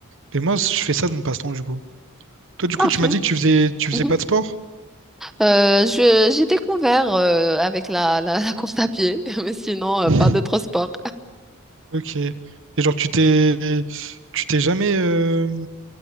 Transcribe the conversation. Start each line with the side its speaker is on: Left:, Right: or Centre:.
Right: Et moi, je fais ça de mon passe-temps, du coup. Toi, du
Centre: Parfait.
Right: coup, tu m'as dit que tu faisais, tu
Centre: Mhm.
Right: faisais pas de sport?
Centre: Euh, je, j'ai découvert euh, avec la, la, la course à pied, <laughs> mais sinon, euh,
Right: <laughs>
Centre: pas d'autres sports.
Right: Ok. Et genre, tu t'es, tu t'es jamais euh,